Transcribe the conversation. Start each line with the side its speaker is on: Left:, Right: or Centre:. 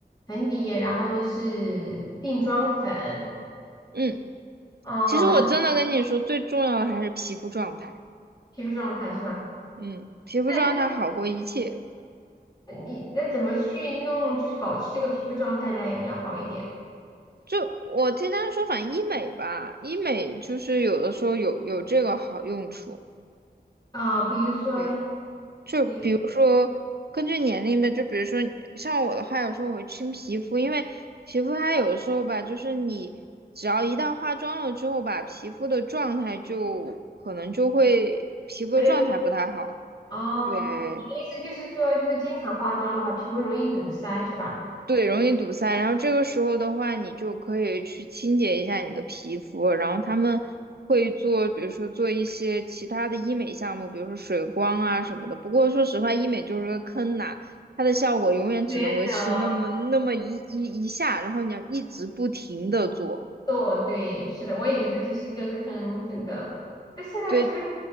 Left: 粉底液，然后就是定妆粉，
Right: 嗯，
Left: 哦，
Right: 其实我真的跟你说，最重要的还是皮肤状态。
Left: 皮肤状态是吧？
Right: 嗯，皮肤状态好过一切。
Left: 那你你那怎么去弄，就是保持这个皮肤状态嘞，要好一点
Right: 就我听他们说，反正医美吧，医美就是有的时候有有这个好用处。
Left: 啊，比如说嘞，
Right: 对。就比如说根据年龄吧，
Left: 比如
Right: 就比如说像我的话，有时候我会清皮肤，因为皮肤它有的时候吧，就是你只要一旦化妆了之后吧，皮肤的状态就可能就会皮肤的状态不太好。
Left: 没有哦，
Right: 对，
Left: 你的意思就是说，就是经常化妆的话，皮肤容易堵塞是吧？
Right: 对，容易堵塞。然后这个时候的话，你就可以去清洁一下你的皮肤。然后他们会做，比如说做一些其他的医美项目，比如说水光啊什么的。不过说实话，医美就是个坑呐、它的效果永远只能维持那么那么一一一下，
Left: 觉得。
Right: 然后你要一直不停的做。
Left: 做，对，是的，我也觉得就是一个坑，真的。但是那个是不是
Right: 对，